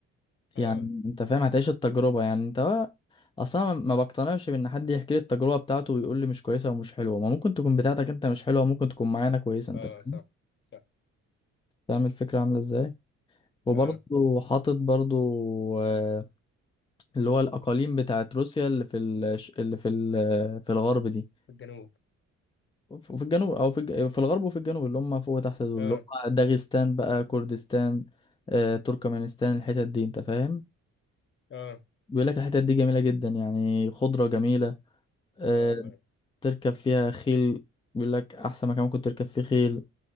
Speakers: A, on the left (about 40°); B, on the left (about 15°).
A: اه
B: يعني انت فاهم هتعيش التجربة يعني انت اصلا ما ما بقتنعش بان حد يحكي لي التجربة بتاعته ويقول لي مش كويسة ومش حلوة ما ممكن تكون بتاعتك انت مش حلوة ممكن تكون معانا كويسة انت
A: اه
B: فاهم
A: صح صح
B: فاهم الفكرة عاملة ازاي وبرضه
A: اه
B: حاطط برضه آه، اللي هو الأقاليم بتاعت روسيا اللي في ال... اللي في ال... آه، في الغرب دي
A: الجنوب
B: وفي الجنوب أو في الج... في الغرب وفي الجنوب اللي هم فوق وتحت دول
A: اه
B: اللي هم داغستان بقى كردستان آه، تركمانستان الحتت دي أنت فاهم
A: اه
B: بيقول لك الحتت دي جميلة جدا يعني خضرة جميلة آه،
A: اه اه
B: تركب فيها خيل بيقول لك احسن مكان ممكن تركب فيه خيل